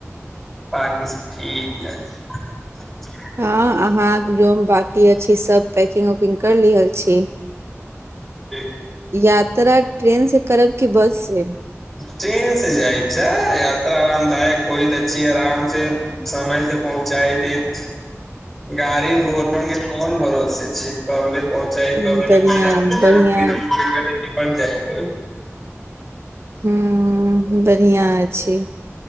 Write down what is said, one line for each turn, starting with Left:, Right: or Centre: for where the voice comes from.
Centre: बाकि सब ठीक अछि
Right: ह अहाँ जो बाकी अछि सब पैकिंग उकिंग कर लि छी
Centre: य
Right: यात्रा ट्रेन से करब कि बस से
Centre: ट्रेन से जाय जा यात्रा आरामदायक होइत अछी ह आराम से समय से पहुँचायदेत गारीमे घोरेम कोन भरोसा से ठ कबले पहुँचाइ
Right: हम्म,
Centre: कब
Right: बढ़िया
Centre: ने को रासेमेप
Right: बढ़िया
Centre: जाइ <unintelligible>
Right: ह बढ़िआँ छी